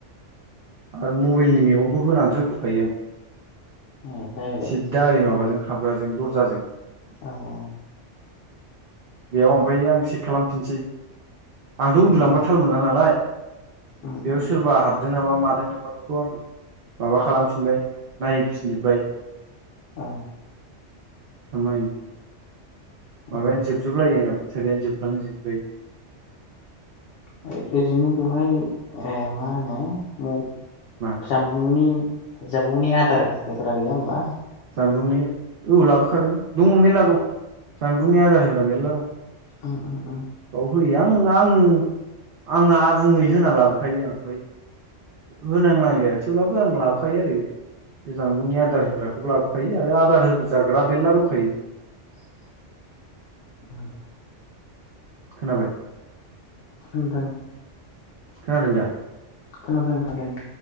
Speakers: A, on the right; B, on the left.
A: आरो मबाइलनि मेगनखौ होनानैसो उन्द'खायो आं
B: औ डाइरेक्ट
A: सिद्दा ओरै माबाजों हाबग्राजों दर्जाजों
B: औ औ
A: बेयाव ओमफायो आं चेक खालामफिनसै आंथ' उन्दुलांबा
B: उम
A: थाल मोनला नालाय
B: उम
A: बेयाव
B: उम
A: सोरबा हाबदों नामा मादों नामा बेखौ आं माबा खालामफिनबाय नायफिनजोबबाय
B: औ
A: खामायो
B: उम
A: माबायानो जोबजोबलायो आंना बेटारियानो जोबलांजोबलायो
B: <unintelligible> बेवहाय मा होनो <unintelligible>
A: मा
B: जामुंनि जबुंनि आदार होग्रा गैया होमबा
A: सानदुंनि औ लाबोखादों दङ मेरला दं जानबुंनि आदार होग्रा मेरला दङ
B: ओम ओम ओम
A: बाव होयो आं आं आंना आबुङै होना लाबोखायो आं आमफाय होनांनांलिया थेवब्लाबो आं लाबोखायो आरो बे जानबुंनि आदार होग्राखौबो लाबोखायो आरो आदार होजाग्रा मेरला दंखायो
B: <unintelligible>
A: खोनाबाय
B: नोंथां
A: खोनादोंदा
B: खोनादों खोनादों